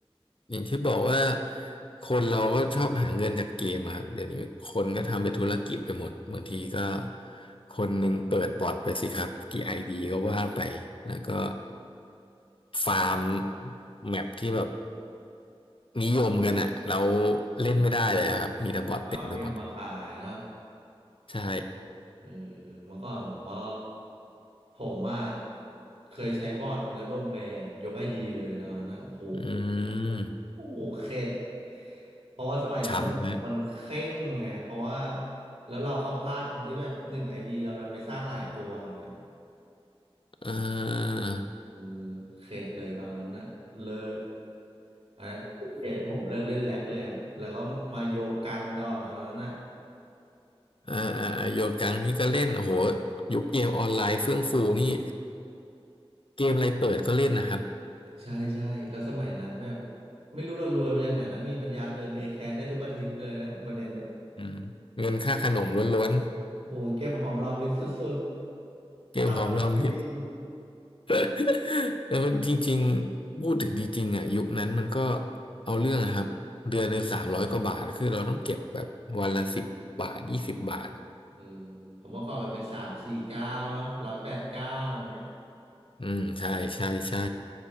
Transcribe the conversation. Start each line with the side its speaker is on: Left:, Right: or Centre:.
Left: อย่างที่บอกว่าคนเราก็ชอบหาเงินจากเกมอะครับเดี๋ยวนี้คนก็ทำเป็นธุรกิจไปหมดบางทีก็คนหนึ่งเปิดบอทไปสิครับกี่ไอดีก็ว่าไปแล้วก็ฟาร์มแมปที่แบบนิยมกันอะเรา
Right: อืม
Left: เล่นไม่ได้เลยอะครับมีแต่บอทเต็มไปหมด
Right: ก็เอาเอ็มมาขายเนอะ
Left: ใช่
Right: เออเออเมื่อก่อนผมก็ผมอ่ะเคยใช้บอทแล้วโดนแบนยกไอดีเลยตอนนั้นนะโอ้โห
Left: อืม
Right: โอ้โหเข็ดเพราะว่าสมัยนั้นมันมันเคร่งไงเพราะว่า
Left: ช้ำนะ
Right: แล้วเราก็พลาดตรงที่แบบหนึ่งไอดีเราดันไปสร้างหลายตัวอย่างเงี้ย
Left: เออ
Right: เออเข็ดเลยตอนนั้นนะเลิกอันนั้นคือเดี๋ยวที่ผมเลิกเล่นแล็กเลยอะแล้วก็มาโยกกังดอตอนนั้นอะ
Left: อ่าอ่าอ่าโยกังพี่ก็เล่นโอ้โหยุคเกมออนไลน์เฟื่องฟูนี่เกมอะไรเปิดก็เล่นนะครับ
Right: ใช่ใช่แล้วสมัยนั้นแบบไม่รู้เรารวยมาจากไหนนะมีปัญญาเติมเอแคสได้ทุกอาทิตย์เลยนะประเด็นอะ
Left: อืมเงินค่าขนมล้วน
Right: โอ้โหเก็บหอมรอมริบสุดๆข้าวปังไม่กิน
Left: ๆเกมหอมรอมริบ <laughs> แล้วนจริงๆพูดถึงจริงๆอ่ะยุคนั้นมันก็เอาเรื่องอะครับเดือนหนึ่งสามร้อยกว่าบาทคือเราต้องเก็บแบบวันละสิบบาทยี่สิบบาทอะ
Right: เออผมเมื่อก่อนมันเป็นสามสี่เก้าเนาะร้อยแปดเก้าอย่างเงี้ย
Left: อืมใช่ใช่ใช่